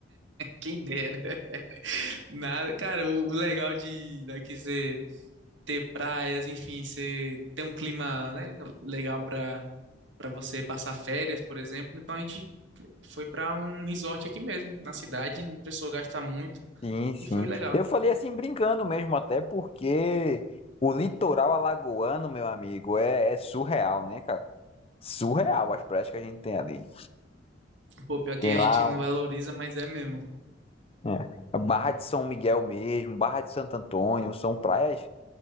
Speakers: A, on the right; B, on the left.
A: Quem dera. <laughs> Nada, cara, o o legal de daqui ser ter praias, enfim, você ter um clima, né, legal para para você passar férias, por exemplo. Então a gente foi para um resort aqui mesmo, na cidade, não precisou gastar muito
B: Sim, sim.
A: e foi legal.
B: Eu falei assim brincando mesmo, até porque o litoral alagoano, meu amigo, é, é surreal, né, cara? Surreal as praias que a gente tem ali.
A: Pô, pior que
B: Tem
A: a
B: lá
A: gente não
B: um-
A: valoriza, mas é mesmo.
B: é, a Barra de São Miguel mesmo, Barra de Santo Antônio, são praias